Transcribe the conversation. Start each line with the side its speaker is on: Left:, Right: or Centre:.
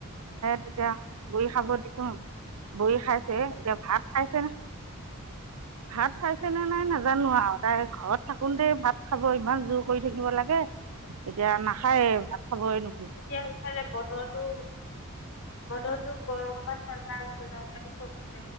Right: তেতিয়া বৰি খাব দিছোং, বৰি খাইছে এতিয়া ভাত খাইছে না ভাত খাইছেনে নাই নাজানো আৰু তাই ঘৰত থাকোতে ভাত। খাব ইমান জোৰ কৰি থাকিব লাগে, এতিয়া নাখায় ভাত খাব এৰিলোং
Left: তেতিয়া ইফালে বতৰটো বতৰটো গৰম পাত চন্দা আছিল ন সকাৰি চব